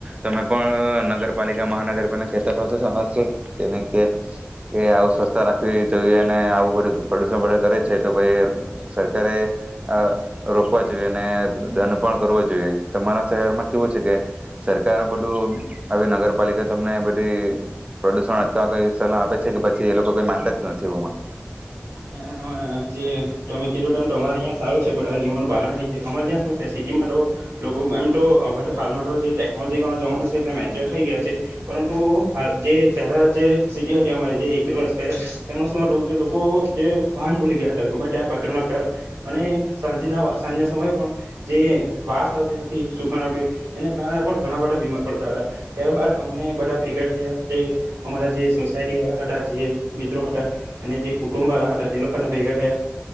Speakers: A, on the right; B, on the right.
A: તમે પણ નગરપાલિકા મહાનગરપાલિકા કહેતા હશે હશે કે કે? કે આવું સ્વસ્તા રાખવી જોઈએ અને આવું બધું પ્રદુષણ બધા કરે છે, તો ભાઈ સરકારે રોકવા જોઈએ અને દંડ પણ કરવો જોઈએ. તમારા શહેરમાં કેવું છે કે સરકાર બધું આવી નગરપાલિકા તમને બધી પ્રદુષણ અટકવા સલાહ આપે છે કે પછી એ લોકો કઈ નતા જ નથી એુંમાં?
B: હા જે તમે કીધું તેમ તમારે અહીંયા સારું છે બધા નિયમોનું પાલન થાય છે. અમારે ત્યાં શું છે સિટીમાં તો લોકો એમ તો હાલમાં જે ટેકનોલોજી વાળો જમાનો છે એટલે મેચ્યોર થઈ ગયા છે, પરંતુ હાલ જે પહેલા જે સિટી હતી અમારી જે એક બે વર પહેલા ફેમસ હતું, કે લોકો જે ભાન ગયા ગમે ત્યાં કચરો નાખતા હતા અને સાંજના સાંજના સમયે પણ જે વાસ આવતી હતી સુક આવતી એના કારણે પણ ઘણા બધા બીમાર પડતા હતા, ત્યારબાદ અમે બધા ભેગા થયા જે અમારા જે સોસાયટી વાળા હતા જે મિત્રો હતા અને જે કુટુંબ વાળા હતા તે લોકો આખાના ભેગા થયા,